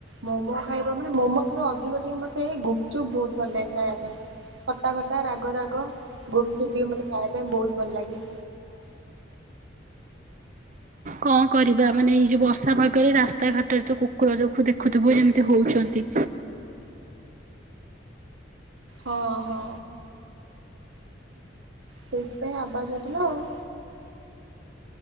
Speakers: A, on the right; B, on the right.
A: ମୋମୋ ଖାଇବ ମାନେ ମୋମୋ ଠାରୁ ଅଧିକ ଟିକେ ମତେ ଏ ଗୁପଚୁପ୍ ବହୁତ ଭଲ ଲାଗେ ଖାଇବା ପାଇଁ। ଖଟା ଖଟା ରାଗ ରାଗ ଗୁପ୍ଚୁପ୍ ଟିକେ ମୋତେ ଖାଇବା ପାଇଁ ବହୁତ ଭଲ ଲାଗେ।
B: କଣ କରିବା ମାନେ ଏଇ ଯଉ ବର୍ଷା ପାଗରେ ରାସ୍ତାଘାଟରେ ତ କୁକୁର ଯ ଦେଖୁଥିବୁ ଯେମିତି ହଉଛନ୍ତି।
A: ହଁ ହଁ। ସେଇଥିପାଇଁ ଆବାଜ ହଉଥିଲା ଆଉ।